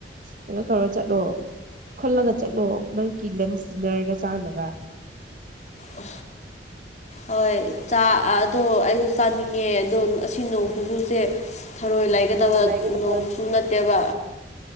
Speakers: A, on the right; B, on the left.
A: ꯀꯩꯅꯣ ꯇꯧꯔ ꯆꯠꯂꯣ ꯈꯜꯂꯒ ꯆꯠꯂꯣ ꯅꯪꯒꯤ ꯂꯟꯁ ꯗꯤꯅꯔꯒ ꯆꯥꯅꯕ
B: ꯑ ꯍꯣꯏ ꯑꯗꯣ ꯑꯩꯁꯨ ꯆꯥꯅꯤꯡꯉꯦ ꯑꯗꯣ ꯑꯁꯤ ꯅꯣꯡꯁꯤꯁꯨ ꯁꯦ ꯊꯔꯣꯏ ꯂꯩꯒꯗꯕ
A: ꯊꯔꯣꯏ ꯂꯩꯒꯗꯕ
B: ꯅꯣꯡꯃꯁꯨ ꯅꯠꯇꯦꯕ